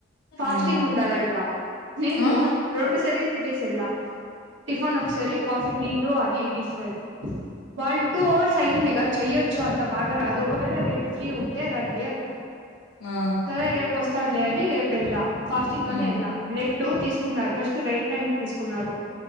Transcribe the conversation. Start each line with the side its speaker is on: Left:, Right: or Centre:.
Right: ఫాస్టింగ్
Left: ఉమ్ ఆ
Right: ఉండాలంట నిేను
Left: ఆ
Right: రెండు సరిలు తినేసి ఎళ్ళ టిఫన్ ఒకసారి కాఫీ టీలు అది ఇది స వాళ్ళు టూ అవర్స్ అయి్యంద ఇగా చెయ్యొచ్చు అంత బాగా రాదు ఒకవేళ రేపు ఫ్రీ ఉంటే రండి అన్నారు
Left: ఆ
Right: సరే రేపు వస్తానులే అని రేపు వెళ్ళ ఫాస్టింగ్ లోనే
Left: ఉమ్
Right: వెళ్ళా బ్లడ్ తీసుకున్నారు ఫస్ట్ రైట్ హ్యాండ్ తీసుకున్నారు